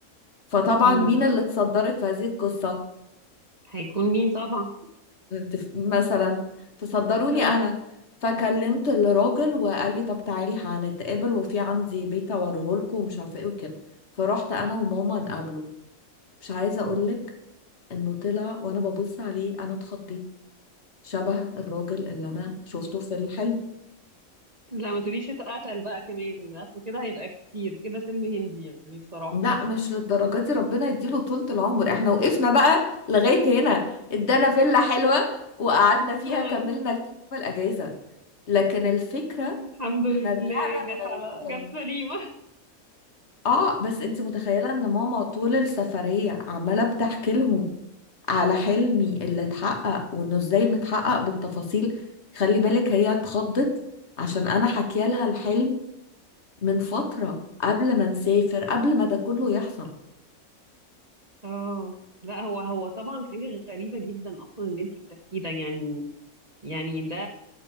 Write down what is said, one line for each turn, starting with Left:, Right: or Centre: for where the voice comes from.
Left: فطبعا
Right: مم.
Left: مين اللي اتصدرت في هذه القصة
Right: هيكون مين طبعا
Left: تف- مثلا فصدروني
Right: ايوه
Left: انا فكلمت الراجل وقال لي طب تعالي هنتقابل وفي عندي بيت اوريه لكم ومش عارفه ايه وكده فرحت انا وماما نقابله مش عايزه
Right: مم.
Left: اقول لك انه طلع وانا ببص عليه انا اتخضيت شبه الراجل اللي انا شفته في الحلم
Right: لا ما تقوليش اتقتل بقى كمان اصل كده هيبقى كتير كده فيلم هندي يعني بصراحة
Left: لا مش للدرجه دي ربنا يديله طولة العمر احنا وقفنا بقى لغايه هنا ادانا فيلا حلوه وقعدنا فيها
Right: آه.
Left: كملنا الكام يوم الأجازة لكن الفكره
Right: طب الحمد لله
Left: احنا رجعنا
Right: جت
Left: من
Right: على
Left: ال... يعني
Right: جت سليمة
Left: اه بس انت متخيلة ان ماما طول السفرية عمالة بتحكي لهم على حلمي اللي اتحقق وانه ازاي متحقق بالتفاصيل خلي بالك هي اتخضت عشان انا حكي لها الحلم من فترة قبل ما نسافر قبل ما ده كله يحصل
Right: اه لا هو هو طبعا حاجة غريبة جدا اصلا ان انتي بتحكيه ده يعني يعني ده